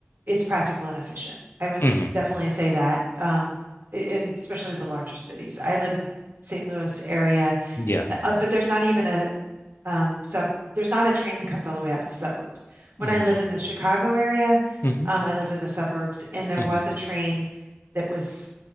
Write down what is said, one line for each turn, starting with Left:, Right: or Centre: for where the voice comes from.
Right: it's practical and efficient. I would
Left: hmm
Right: definitely say that, um, a- and especially the larger cities. I live in St. Louis area.
Left: Yeah.
Right: uh, but there's not even a um, sub, there's not a train that comes all the way out to the suburbs. When
Left: Mm.
Right: I lived in the Chicago area,
Left: hmm
Right: um, I lived in the suburbs, and there
Left: hmm
Right: was a train that was